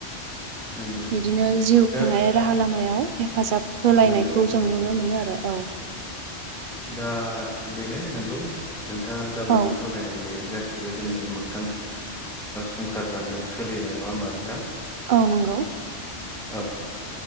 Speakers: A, in the centre; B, on the right.
A: नंगौ
B: बिदिनो जिउ
A: दा
B: खुंनाय राहा लामायाव हेफाजाब होलायनायखौ
A: नंगौ
B: जों
A: नंगौ
B: नुनो मोनो आरो औ।
A: दा बेनो नंगौ नोंथाङा जाबायदि
B: औ
A: फोरमायदों बेयो गासैबो। बे जोंनि मोगथां संसार जानायाव सोलिनाय नङा होमबा नोंथां?
B: औ नंगौ।
A: औ